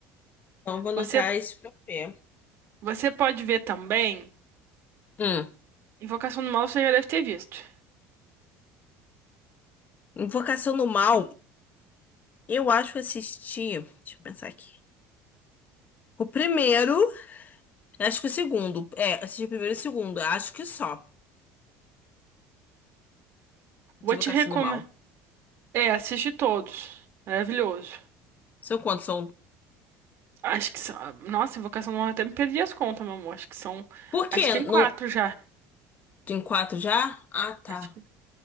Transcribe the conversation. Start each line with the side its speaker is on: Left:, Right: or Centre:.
Left: Então, vou anotar
Right: Você,
Left: esse pra ver.
Right: você pode ver também.
Left: Hum,
Right: Invocação do Mal você já deve ter visto.
Left: Invocação do Mal, eu acho que assisti. Deixa eu pensar aqui. O primeiro, acho que o segundo. É, assisti o primeiro e o segundo. Acho que só. de
Right: Vou
Left: Invocação
Right: te recomendar.
Left: do Mal.
Right: É, assiste todos. Maravilhoso.
Left: São quantos? São.
Right: Acho que são. Nossa, Invocação do Mal eu até me perdi as contas, meu amor. Acho que são.
Left: Por quê?
Right: Acho que tem
Left: Não...
Right: quatro já.
Left: Tem quatro já? Ah, tá.
Right: Acho que,